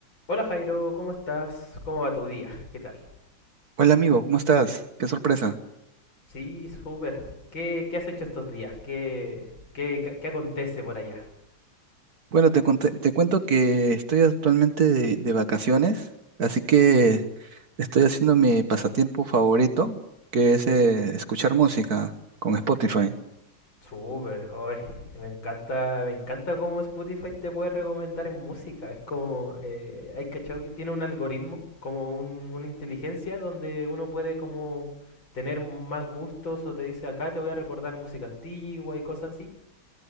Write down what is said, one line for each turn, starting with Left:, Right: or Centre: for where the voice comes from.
Left: Hola Jairo, ¿cómo estás? ¿Cómo va tu día? ¿Qué tal?
Right: Hola amigo, ¿cómo estás? Qué sorpresa.
Left: Sí, súper. ¿Qué, qué has hecho estos días? ¿Qué, qué, qué- qué acontece por allá?
Right: Bueno, te, conté- te cuento que estoy actualmente de, de vacaciones, así que estoy haciendo mi pasatiempo favorito, que es eh, escuchar música con Spotify.
Left: Súper, hoy me encanta, me encanta cómo Spotify te puede recomendar música. Es como, eh, hay cachado que tiene un algoritmo, como un- una inteligencia donde uno puede como tener más gustos o te dice acá te voy a recordar música antigua y cosas así.